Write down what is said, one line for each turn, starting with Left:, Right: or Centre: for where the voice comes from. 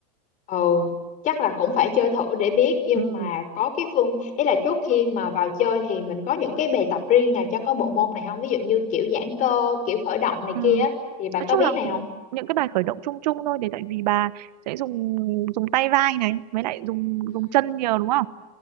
Left: ừ chắc là cũng phải chơi thử để biết nhưng
Right: ừ.
Left: mà có cái phương ý là trước khi mà vào chơi thì mình có những cái bài tập riêng nào cho có bộ môn này không ví dụ như kiểu giãn cơ kiểu khởi động này
Right: Ừ.
Left: kia á, thì bà
Right: Nói
Left: có
Right: chung
Left: biết
Right: là
Left: này không
Right: những cái bài khởi động chung chung thôi để tại vì bà sẽ dùng dùng tay vai này với lại dùng
Left: Ừ.
Right: dùng chân nhiều đúng không?